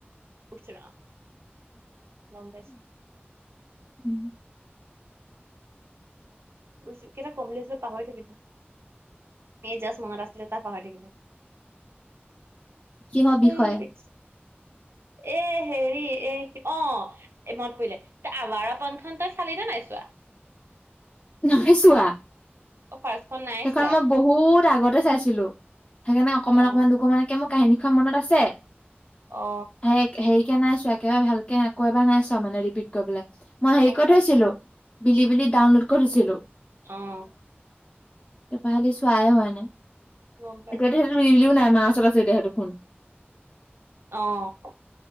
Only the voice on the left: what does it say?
উম।
কিহৰ বিষয়ে
নাহে চোৱা।
সেইখন
মই বহুত আগতে চাইছিলো সেইকাৰণে অকমান
অকমান দুকমানকে মোৰ কাহিনী খ মনত আছে?
হে, হে কে নাই চোৱা, একেবাৰে ভালকে আকৌ এবাৰ নাই চোৱা মানে ৰিপিট কৰিবলে মই হেৰি
কৈ
থৈছিলোঁ, বিলি বিলি ডাউনলোড কৰিছিলোঁ।
তপা হালি চোৱাই হোৱা নাই,
এতিয়াটো <unintelligible> নাই আৰু। চলাছে এতিয়া সেইটো ফোন।